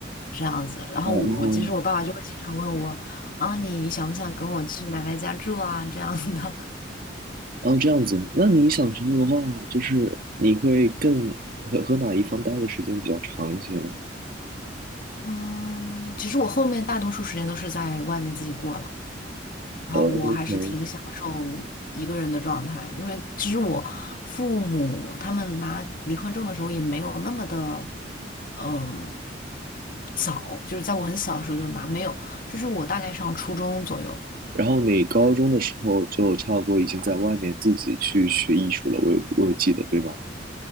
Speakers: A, on the left (about 50°); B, on the right (about 50°).
A: 这样子，然后我其实我爸爸就会经常问我啊，
B: 哦，
A: 你想不想跟我去奶奶家住啊这样的，
B: 哦，这样子。那你小时候的话，就是你会更和和哪一方待的时间比较长一些呢？
A: <laughs> 嗯，其实我后面大多数时间都是在外面自己过了。然后我还是挺享受一个人的状态，
B: 哦，OK。
A: 因为其实我父母他们拿离婚证的时候也没有那么的，嗯，早，就是在我很小的时候就拿，没有，就是我大概上初中左右。
B: 然后你高中的时候就差不多已经在外面自己去学艺术了，我有我有记得，对吗？